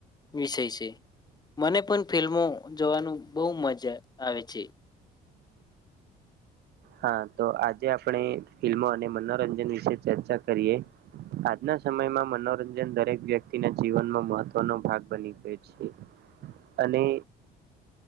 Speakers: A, on the left (about 25°); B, on the right (about 75°).
A: વિષય છે મને પણ ફિલ્મો જોવાનું બહુ મજા આવે છે
B: હા તો આજે આપણે ફિલ્મો અને મનોરંજન વિશે ચર્ચા કરીએ આજના સમયમાં મનોરંજન દરેક વ્યક્તિના જીવનમાં મહત્વનો ભાગ બની ગયો છે અને